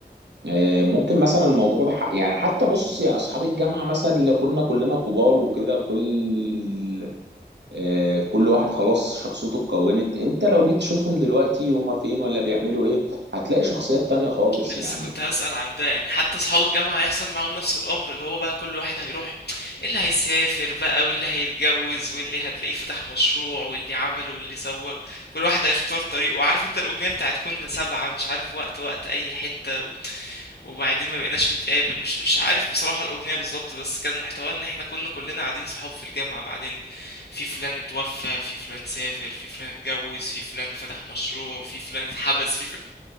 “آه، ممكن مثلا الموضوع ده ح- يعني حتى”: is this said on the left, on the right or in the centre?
Right